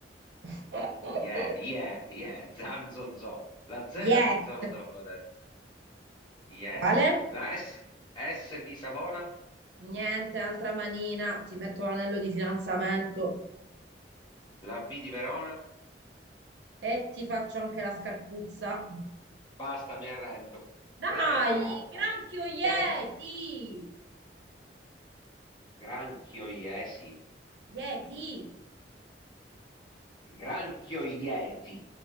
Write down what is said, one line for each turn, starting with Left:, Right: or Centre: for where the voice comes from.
Right: <laughs>
Left: yeah, yeah, yeah, <laughs> zan, zon, zo. La Z
Right: Yet.
Left: di Zoro te l'avevo detto, yes.
Right: Quale?
Left: La S, S di Savona,
Right: Niente, altra manina, ti metto l'anello di fidanzamento
Left: la V di Verona,
Right: e ti faccio anche la scarpuzza.
Left: basta, mi arrendo.
Right: Dai,
Left: Che è sta roba?
Right: granchio Yeti!
Left: Che è? Granchio Iesi,
Right: Yeti!
Left: Granchio Ieti.